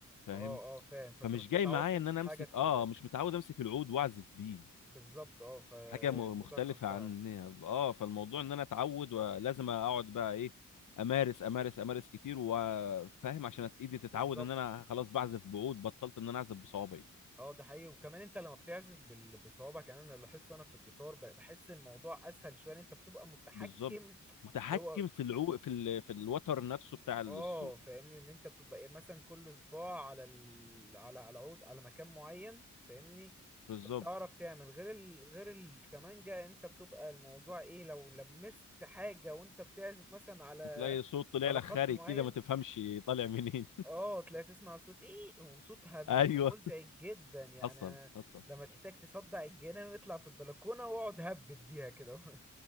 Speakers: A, on the left; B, in the centre.
A: فاهم
B: اه اه فاهم فانت
A: فمش
B: مش
A: جاي
B: متعود
A: معايا
B: تمسك
A: ان انا
B: حاجه
A: امسك
B: في
A: اه
B: ايدك
A: مش متعود امسك العود واعزف بيه
B: بالظبط اه فالموضوع
A: حاجه م- مختلفه
B: كان صعب
A: عن اه فالموضوع ان انا اتعود ولازم اقعد بقى ايه امارس امارس امارس كتير وفاهم عشان ايدي تتعود
B: بالظبط
A: ان انا خلاص بعزف بعود بطلت ان انا اعزف بصوابعي
B: اه ده حقيقي وكمان انت لما بتعزف بال... بصوابعك يعني انا لاحظت وانا في الجيتار ب- بحس الموضوع اسهل شويه لأن انت بتبقى متحكم
A: بالظبط متحكم
B: اللي هو
A: في العو في ال... في الوتر نفسه بتاع الصوت
B: اه فاهمني ان انت بتبقى ايه مثلا كل صباع على ال... على على عود على مكان معين فاهمني
A: بالظبط
B: فبتعرف تعمل غير ال... غير الكمانجة انت بتبقى الموضوع ايه لو لمست حاجة وانت بتعزف مثلا على
A: وتلاقي صوت طلع
B: على
A: لك
B: خط
A: خارج
B: معين
A: كده ما تفهمش طالع منين
B: اه تلاقي تسمع صوت ايه وصوتها بيبقى
A: <laughs> ايوه
B: مزعج جدا يعني
A: حصل
B: أنا
A: حصل
B: لما تحتاج تصدع الجنان اطلع في البلكونه واقعد هبت بيها كده <laughs>